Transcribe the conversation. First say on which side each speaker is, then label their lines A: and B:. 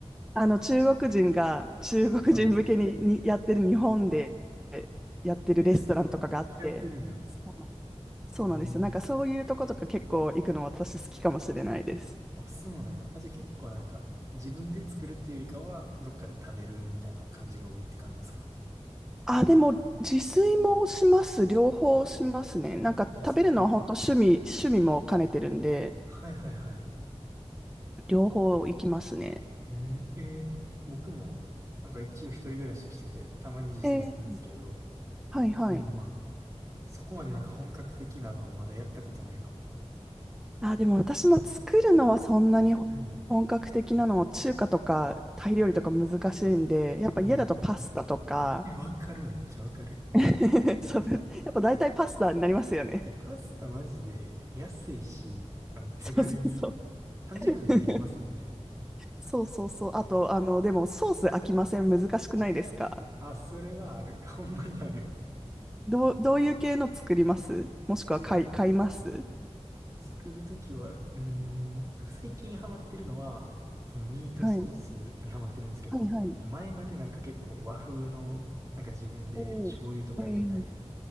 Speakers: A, in the centre; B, on the right.
A: あの、中国人が中国人向けに、
B: <laughs> はい。
A: にやってる日本でやってるレストランとかがあって、
B: えー、そうなの流行ってるんや。
A: そうなんです。そうなんですよ。
B: えー、
A: なんかそういうとことか結構行くの私好きかもしれないです。
B: あ、そうなんや。あ、じゃあ結構なんか、自分で作るっていうよりかは、どっかで食べるみたいな感じが多いって感じですか
A: あ、でも自炊もします。両方しますね。
B: あ、
A: なんか食べるのは本当趣味、
B: 自炊か。はい。
A: 趣味も兼ねてるんで。
B: はいはいはい。
A: 両方行きますね。
B: うん、えー、僕も、なんか一応一人暮らししてて、たまに自炊するんですけど、
A: えー、はいはい。
B: でもまあ、そこまでなんか本格的なのはまだやったことないかも。
A: あ、でも私も作るのはそんなに
B: うん。
A: 本格的なの、中華とかタイ料理とか難しいんで、やっぱ家だとパスタとか、
B: うんうんうん。え、わかる、めっちゃわかる。
A: <laughs> そう、
B: うん
A: やっぱ大体パスタになりますよね。
B: いや、パスタマジで安いし、あの、手軽に
A: そうそうそう。<laughs>
B: 短時間ではできますもんね。
A: そうそうそう。あと、あの、でもソース飽きません。難しくないですか
B: あ、それはある。<laughs> ほんまにある。
A: どう、どういう系の作りますもしくは買い、
B: で、
A: 買います
B: 作るときは、うーん、なんか最近ハマってるのは、そのミートソースにハマってるんですけど、
A: はい。はいはい。
B: 前までなんか結構和風の、なんか自分で醤油とか入れたり、
A: おーえー。うん